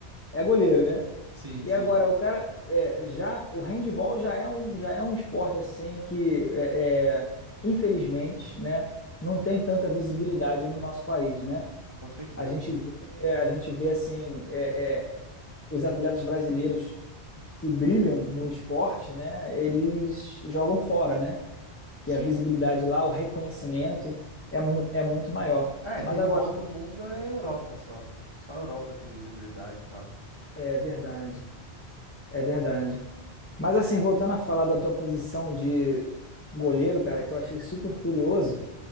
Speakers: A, on the left (about 15°); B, on the right (about 25°).
A: é goleiro, né?
B: Sim,
A: E
B: sim.
A: agora, o cara, é, já, o handball já é um, já é um esporte, assim, que, é, é, infelizmente, né? Não tem tanta visibilidade no nosso país, né?
B: Com certeza.
A: A gente vê, a gente vê assim, é, é, os atletas brasileiros que brilham no esporte, né, eles jogam fora, né? Que
B: Sim.
A: a visibilidade lá, o reconhecimento é, mu é muito maior.
B: É, handball
A: Mas agora,
B: no mundo é Europa só. Só a Europa tem visibilidade e tal.
A: é verdade, é verdade. Mas assim, voltando a falar da tua posição de goleiro, cara, que eu achei super curioso,